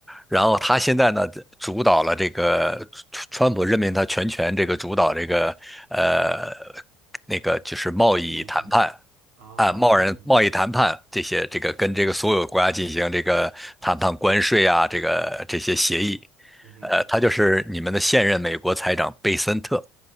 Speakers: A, in the centre; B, on the right (about 75°).
A: 然后他现在呢主导了这个川川普任命他全权这个主导这个呃
B: 嗯，
A: 那个就是贸易谈判
B: 金融相关的，哦，
A: 啊贸然贸易谈判这些这个跟这个所有国家进行这个谈判关税啊这个这些协议，
B: 贸易通，啊，嗯哼
A: 呃，他就是你们的现任美国财长贝森特，